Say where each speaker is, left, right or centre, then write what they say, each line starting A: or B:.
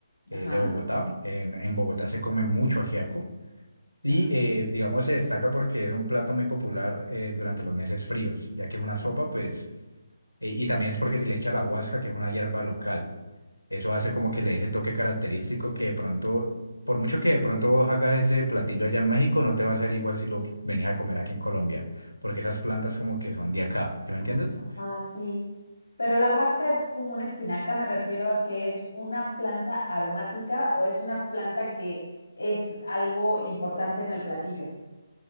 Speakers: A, on the left; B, on the left.
A: eh,
B: ajá.
A: de Bogotá. En, en Bogotá se come mucho ajiaco y
B: Ajá.
A: eh, digamos se destaca porque es un plato muy popular eh, durante los meses fríos, ya que es una sopa
B: Ajá,
A: pues eh, y también es porque se le echa la huasca, que es una hierba local. Eso hace
B: ajá.
A: como que le dé ese toque característico que de pronto, por mucho que de pronto vos hagas ese platillo allá en México, no te va a ser igual si lo venís a comer aquí en Colombia, porque esas plantas como que son de acá, ¿sí me entiendes?
B: Ajá, sí. Pero la huasca es como una espinaca, me refiero a que es una planta aromática o es una planta que es algo importante en el platillo.